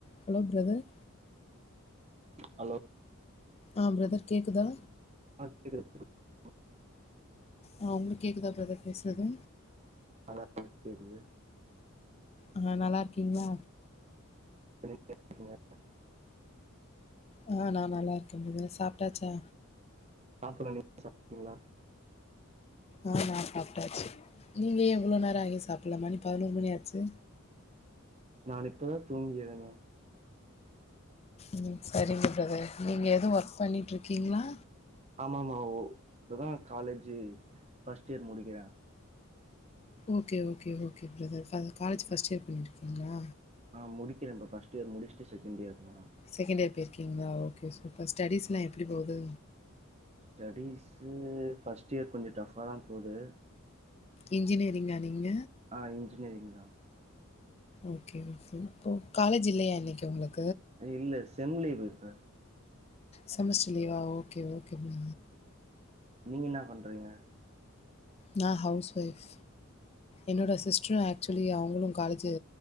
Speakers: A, on the left; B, on the right.
A: ஹலோ ப்ரதர்
B: ஹலோ
A: அ ப்ரதர் கேக்குதா
B: <inaudible>
A: அ உங்குளுக் கேக்குதா ப்ரதர் பேசுறது
B: <inaudible> கேக்குது
A: அ நல்லா இருக்கீங்ளா
B: <inaudible>
A: அ நா நல்லா இருக்கே ப்ரதர் சாப்ட்டாச்சா
B: சாப்பிடணு நீங்க சாப்பிட்டீங்ளா
A: அ நா சாப்ட்டாச்சு நீங்க ஏ இவ்ளோ நேரோ ஆகியு சாப்பில்ல மணி பதினோரு மணி ஆச்சு
B: நானு இப்பதா தூங்கி எழுந்த
A: ம் செரிங்க ப்ரதர் நீங்க எதுவு ஒர்க் பண்ணிட்டுருக்கீங்களா
B: ஆமாமா ஓ இப்பதா காலேஜி ஃபஸ்ட் யேர் முடிக்கிறே
A: ஓகே ஓகே ஓகே ப்ரதர் அது காலேஜ் ஃபஸ்ட் யேர் பண்ணிட்ருக்கீங்ளா
B: அ முடிக்கிறே இப்ப ஃபஸ்ட் யேர் முடிஷ் ட்டு செகண்ட் யேர் போற
A: செகண்ட் இயர் போயிருக்கீங்களா ஓ கே சூப்பர் ஸ்டடிஸ்லா எப் டி போவுது
B: ஸ்டடீஸு ஃபஸ்ட் இயர் கொஞ்சோ டஃபா தா போது
A: இன்ஜினியரிங்கா நீங்க
B: ஆஹ் இன்ஜினியரிங் தா
A: ஓகே ஓகே இப்போ காலேஜ் இல்லையா இன்னைக்கு உங்களுக்
B: இல்ல ஸ் ஸெம் லீவு இப்ப
A: செமஸ்டர் லீவா ஓகே ஓ கே பா
B: ஆமா நீங்க என்ன பண்றீங்க
A: நா ஹவுஸ் வைஃப் என்னோட சிஸ்டரு அக் சுவலி அவங்களு காலேஜு